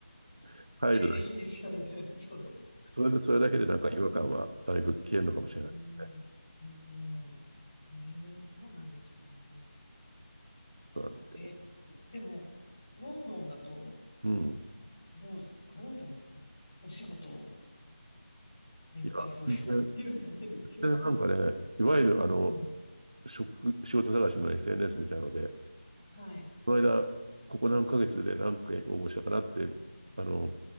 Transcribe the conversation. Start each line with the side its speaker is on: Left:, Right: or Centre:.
Right: <laughs> 入る
Left: いやいや、いいんですよ、みたいな。そう。
Right: それで、それだけでなんか違和感はだいぶ消えるのかもしれないですね。
Left: そこが。うーん。うーん。ええそうなんですね。か、
Right: そうなんですよ。
Left: え、でも、ロンドンだと、
Right: うん。
Left: どうですかロンドン、お仕事見つかりそうですかっていうのも変ですけど。
Right: いや、全然、全然なんかね、いわゆるあの、
Left: うん。
Right: 職、仕事探しの SNS みたいので、
Left: はい。
Right: この間、ここ何ヶ月で何件応募したかなって、あの、